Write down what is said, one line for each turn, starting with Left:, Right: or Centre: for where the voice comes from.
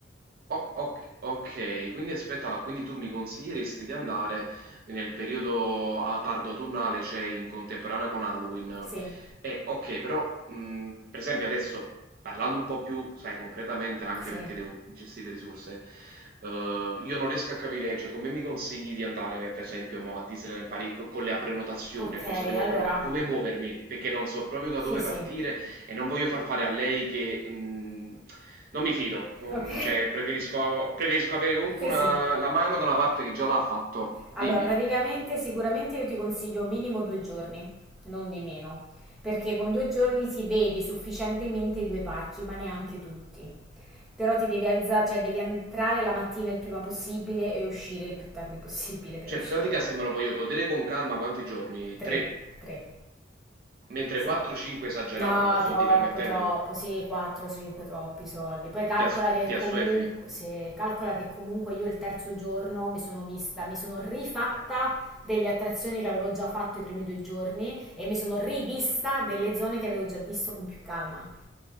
Right: O oc okay, quindi aspetta, quindi tu mi consiglieresti di andare nel periodo a tardo autunnale, cioè in contemporanea con Halloween.
Centre: Sì,
Right: Eh, ok, però mh, per esempio adesso parlando un po' più, sai, concretamente, anche
Centre: sì.
Right: perché devo gestire le risorse, eh, io non riesco a capire, cioè, come mi consigli di andare, per esempio, mo, a Disneyland Paris co- con la prenotazione,
Centre: Ok,
Right: cosa devo
Centre: allora,
Right: preno- come muovermi, perché non so proprio da dove
Centre: sì, sì.
Right: partire e non voglio far fare a lei che mh, non mi fido, mm,
Centre: Ok,
Right: cioè preferisco, preferisco avere comunque
Centre: <laughs>
Right: una,
Centre: sì, sì.
Right: la mano da una parte che già l'ha fatto.
Centre: Allora,
Right: Dimmi,
Centre: praticamente, sicuramente io ti consiglio minimo due giorni, non di meno, perché con due giorni si vede sufficientemente i due parchi, ma neanche tutti. Però ti devi alzare, cioè devi entrare la mattina il prima possibile e uscire il più tardi possibile per
Right: cioè
Centre: riuscire.
Right: in pratica se me lo voglio godere con calma quanti giorni?
Centre: Tre,
Right: Tre,
Centre: tre,
Right: mentre
Centre: sì.
Right: 4-5 esagerato,
Centre: No,
Right: soldi
Centre: troppo,
Right: permettendo,
Centre: troppo, sì, 4, 5, troppi soldi. Poi calcola
Right: ti, ass-
Centre: che
Right: ti
Centre: comunque,
Right: assuefi.
Centre: se, calcola che comunque io il terzo giorno mi sono vista, mi sono rifatta delle attrazioni che avevo già fatto i primi due giorni e mi sono rivista delle zone che avevo già visto con più calma.